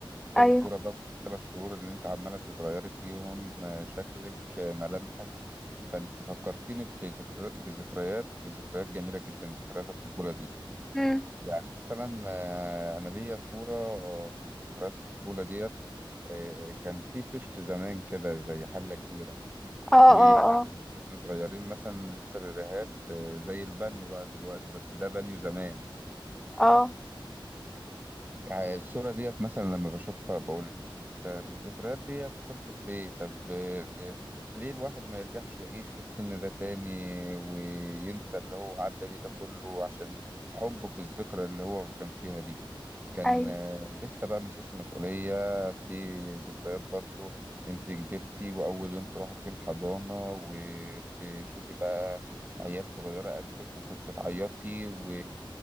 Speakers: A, on the right (about 20°); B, in the centre.
A: كذا
B: أيوه
A: صورة بقى كل ثلاث شهور اللي انت عمالة بتتغيري فيهم آه، شكلك آه، ملامحك فانت فكرتيني بذكر... بذكريات ذكريات جميلة جدا ذكريات الطفولة دي
B: مم.
A: يعني مثلا آه، انا ليا صوره آه، من ذكريات الطفوله ديت آه، كان في طشت زمان كده زي حله كبيره
B: اه
A: واحنا
B: اه اه
A: صغيرين مثلا لسه بيبيهات آه، زي البانيو بقى دلوقتي بس ده بانيو زمان
B: اه
A: آه، الصوره ديت مثلا لما بشوفها بقول طب الذكريات ديت خلصت ليه طب آه، ليه الواحد ما يرجعش يعيش في السن ده تاني وينسى اللي هو عدى بيه ده كله عشان حبه في الذكرى اللي هو كان فيها دي كان
B: ايوه
A: آه، لسه بقى ما شالش مسؤولية في ذكريات برضو انت كبرتي واول يوم تروحي فيه الحضانة وتشوفي بقى عيال صغيرة قدك وكنت تعيطي و...